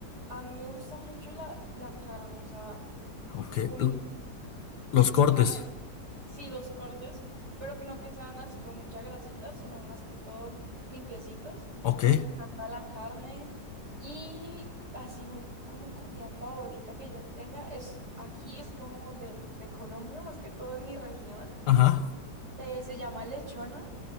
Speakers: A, on the right (about 40°); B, on the left (about 70°).
A: a mí me gusta mucho la, la carne, o sea,
B: Ok,
A: un
B: lo- los cortes.
A: carne sí, los cortes, pero no que sean así con mucha grasita, sino más que todo limpiecitos.
B: Ok,
A: Me encanta la carne y así un- como comida favorita que yo tenga es aquí es como de, de Colombia, más que todo en mi región.
B: ajá.
A: Eh, se llama lechona,